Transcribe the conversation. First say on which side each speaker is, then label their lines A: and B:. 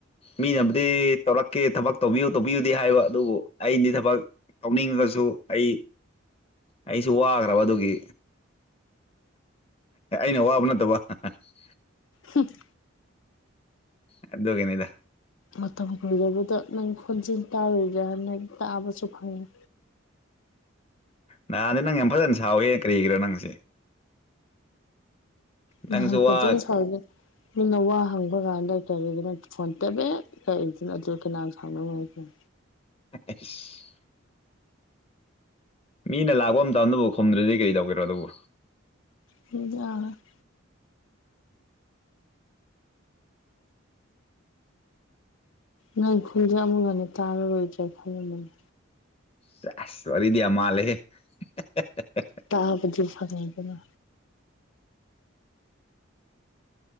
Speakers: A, on the left; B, on the left.
A: ꯃꯤꯅꯕꯨꯗꯤ ꯇꯧꯔꯛꯀꯦ ꯊꯕꯛ ꯇꯧꯕꯤꯌꯨ ꯇꯧꯕꯤꯌꯨꯗꯤ ꯍꯥꯏꯕ ꯑꯗꯨꯕꯨ ꯑꯩꯗꯤ ꯊꯕꯛ ꯇꯧꯅꯤꯡꯉꯒꯁꯨ ꯑꯩ ꯑꯩꯁꯨ ꯋꯥꯈ꯭ꯔꯕ ꯑꯗꯨꯒꯤ ꯑꯩꯅ ꯋꯥꯕ ꯅꯠꯇꯕ <unintelligible>
B: ꯍꯨ <inaudible>
A: ꯑꯗꯨꯒꯤꯅꯤꯗ
B: ꯃꯇꯝ ꯀꯨꯏꯔꯕꯗ ꯅꯪ ꯈꯣꯟꯖꯦꯜ ꯇꯥꯔꯨꯗ꯭ꯔꯥꯝꯅꯦ ꯇꯥꯕꯁꯨ ꯐꯪꯉꯦ
A: ꯅꯍꯥꯟꯗꯤ ꯅꯪ ꯌꯥꯝ ꯐꯖꯅ ꯁꯥꯎꯋꯦ ꯀꯔꯤꯒꯤꯔ ꯅꯪꯁꯦ
B: ꯅꯍꯥꯟ
A: ꯅꯪꯁꯨ
B: ꯐꯖꯅ
A: ꯋꯥ
B: ꯁꯥꯎꯋꯤꯗꯣ ꯃꯤꯅ ꯋꯥ ꯍꯪꯕ ꯀꯥꯟꯗ ꯀꯔꯤꯒꯤꯅꯣ ꯐꯣꯟ ꯄꯦꯕꯦꯠ ꯇꯧꯔꯤꯗꯨꯅ ꯑꯗꯨ ꯀꯅꯥꯅ ꯁꯥꯎꯅꯤꯡꯉꯣꯏꯗꯣꯏ
A: ꯑꯦꯁ ꯃꯤꯅ ꯂꯥꯎꯕ ꯃꯇꯝꯗꯨꯕꯨ ꯈꯨꯝꯗ꯭ꯔꯗꯤ ꯀꯔꯤ ꯇꯧꯒꯦꯔꯣ ꯑꯗꯨꯕꯨ
B: <unintelligible> ꯅꯪ ꯈꯣꯟꯖꯦꯜ ꯑꯃꯨꯛ ꯍꯟꯅ ꯇꯥꯔꯔꯣꯏꯗ꯭ꯔꯥ ꯈꯜꯂꯝꯕꯅꯤ
A: ꯁꯦꯁ ꯋꯥꯔꯤꯗꯤ ꯌꯥꯝ ꯃꯥꯜꯂꯦꯍꯦ <unintelligible>
B: ꯇꯥꯕꯗꯤ ꯐꯪꯉꯦꯗꯅ